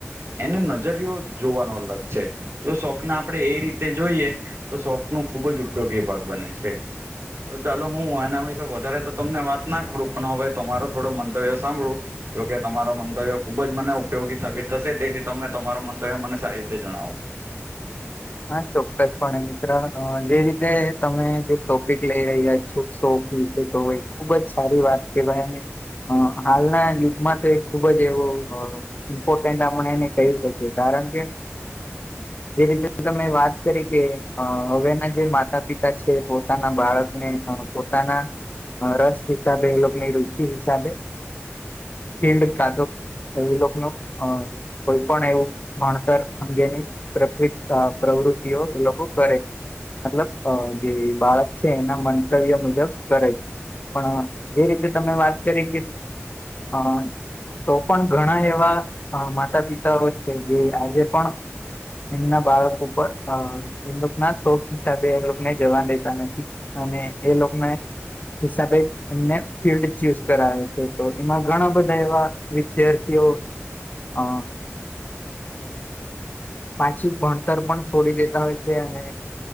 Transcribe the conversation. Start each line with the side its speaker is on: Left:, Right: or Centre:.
Right: એને નજરયો જોવાનો અલગ છે તે શોખના આપણે એ રીતે જોઈએ તો શોખનો ખુબ જ ઉપયોગી ભાગ બને છે. તો ચાલો હું એના વિશે વધારે તો તમને વાત ના કરું પણ હવે તમારો થોડો મંતવ્ય સાંભળુ જોકે તમારો મંતવ્ય ખુબ જ મને ઉપયોગી સાબિત થશે તેથી તમે તમારો મંતવ્ય મને સારી રીતે જણાવો.
Left: હા ચોક્કસપણે મિત્ર જે રીતે તમે જે ટોપિક લઈ રહ્યા છો શોખ વિશે તો હોય ખુબ જ સારી વાત કેવાય ને હ હાલના યુગમાં તો ખુબ જ એવો ઇમ્પોર્ટન્ટ આપણે એને કહી શકીએ કારણ કે જે રી તમે વાત કરી કે હવેના જે માતા પિતા છે પોતાના બાળકને પણ પોતાના રસ હિસાબે એ લોકોની રુચિ હિસાબે ફિલ્ડ કાં તો એવી લોકો નુ અ કોઈ પણ એવું ભણતર અંગેની પ્રક્રી અ પ્રવૃતિઓ એ લોકો કરે મતલબ જે બાળક છે એના મંતવ્ય મુજબ કરે છે. પણ જે રીતે તમે વાત કરી કે અ તો પણ ઘણા એવા માતા પિતાઓ છે જે આજે પણ એમના બાળકો ઉપ એમ ના શોખ હિસાબે એ લોકોને જવા દેતા નથી અને એ લોક ને હિસાબે એમને ફિલ્ડ ચુઝ કરાવે છે તો એમાં ઘણા બધા એવા વિદ્યાર્થીઓ અ પાછું ભણતર પણ છોડી દેતા હોય છે અને